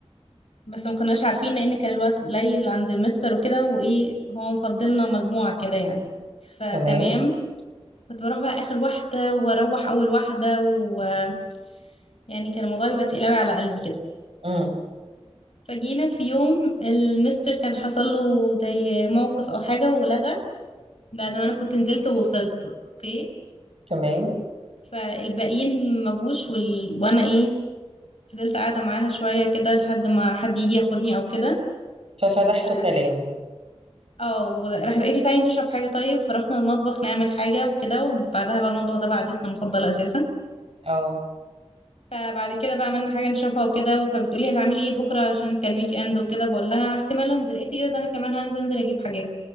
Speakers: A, on the left; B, on the right.
A: بس ما كناش عارفين لان كان الوقت قليل عند المستر وكده وايه هو مفضلنا مجموعة كده يعني فتمام
B: تمام
A: كنت بروح بقى اخر واحدة واروح اول واحدة ويعني كان الموضوع بيبقى تقيل قوي على قلبي كده
B: امم
A: فجينا في يوم المستر كان حصل له زي موقف او حاجة ولغى بعد ما انا كنت نزلت ووصلت اوكي
B: تمام
A: فالباقيين ما جوش وال... وانا ايه فضلت قاعدة معاها شوية كده لحد ما حد يجي ياخدني او كده
B: ففتحت
A: ف
B: كلام
A: اه راحت قالت لي تعالي نشرب حاجة طيب فرحنا المطبخ نعمل حاجة وكده وبعدها بقى المطبخ ده بقى عادتنا المفضلة اساسا
B: اه
A: فبعد كده بقى عملنا حاجة نشربها وكده فبتقولي هتعملي ايه بكرة عشان كان ويك اند وكده بقول لها احتمال انزل قالت لي ايه ده ده انا كمان هنزل انزل اجيب حاجات